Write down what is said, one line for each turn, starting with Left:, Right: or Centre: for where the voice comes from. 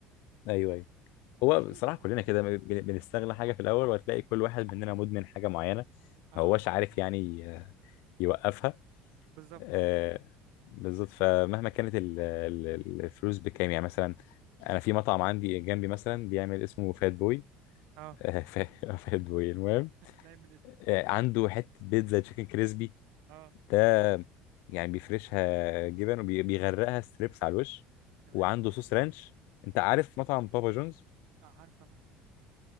Left: ايوه ايوه
Right: وشير
Left: هو بصراحه
Right: مع اصحابك
Left: كلنا كده بن- بنستغل حاجه في الاول وهتلاقي كل واحد مننا مدمن حاجه معينه
Right: اه
Left: ما هوش عارف يعني آه، يوقفها
Right: بالظبط
Left: آه بالظبط فمهما كانت ال- ال- ال- الفلوس بكام يعني مثلا انا في مطعم عندي جنبي مثلا بيعمل اسمه فات بوي
Right: اه
Left: <laughs> فات بوي المهم
Right: باين من اسمه
Left: آه، عنده حته بيتزا تشيكن كريسبي
Right: اه
Left: ده يعني بيفرشها جبن وبيغرقها ستريبس على الوش
Right: تمام
Left: وعنده صوص رانش انت عارف مطعم بابا جونز
Right: اه عارف طبعا بابا جونز